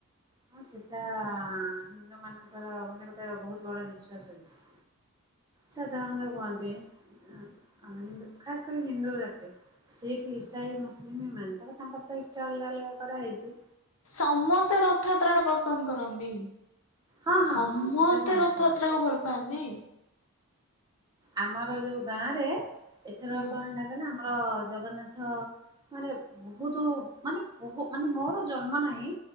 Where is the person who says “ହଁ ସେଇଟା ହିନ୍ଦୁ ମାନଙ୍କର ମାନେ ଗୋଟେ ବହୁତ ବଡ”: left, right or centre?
Right